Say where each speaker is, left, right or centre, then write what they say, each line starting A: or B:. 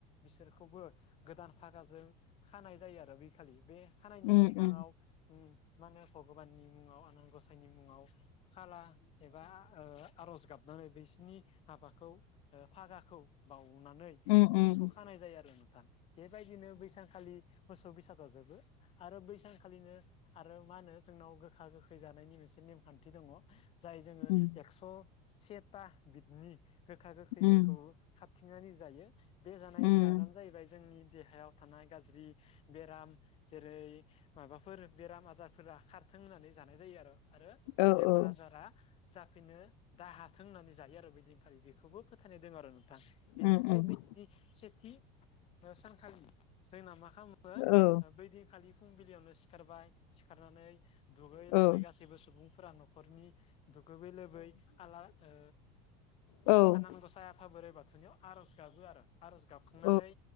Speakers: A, on the left; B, on the left.
A: बिसोरखौबो गोदान फागाजों खानाय जायो आरो बि खालि बे हानायनि
B: उम
A: सिगाङाव
B: उम
A: मा होनो भगबाननि मुङाव आनान गसाइनि मुङाव खाला एबा आर'ज गाबनानै बिसिनि हाबाखौ ओ फागाखौ बाउनानै
B: उम
A: बिसोरखौ खानाय जायो आरो नोंथां। बेबायदिनो बैसानखालि मोसौ बैसागुआव जोबो। आरो बैसानखालिनो आरो मा होनो जोंनाव गोखा गोखै जानायनि मोनसे नेमखान्थि दङ। जाय जोङो
B: उम
A: एक्स' सेथा बिनि गोखा गोखैफोरखौ
B: उम
A: खाबथिंनानै जायो। बे जानायनि
B: उम
A: जाहोनानो जाहैबाय जोंनि देहायाव थानाय गाज्रि बेराम जेरै माबाफोर बेराम आजारफोरा खारथों होननानै जानाय जायो आरो। आरो
B: औ
A: बेमार
B: औ
A: आजारा जाफिननो दा हाथों होननानै जायो आरो बिदिन खालि बेखौबो फोथायनाय दङ आरो नोंथां बेनिफ्राय
B: उम उम
A: सेथि सानखालि जोंना मा खालामो?
B: औ
A: बैदिनखालि फुंबिलियावनो सिखारबाय सिखारनानै दुगै
B: औ
A: लोबै गासै सैबो सुबुंफोरा न'खरनि दुगोबै लोबै आला ओ
B: औ
A: आनान
B: औ
A: गसाइ आफा बोराइ बाथौनियाव आर'ज गाबो आरो आर'ज गाबखांनानै
B: औ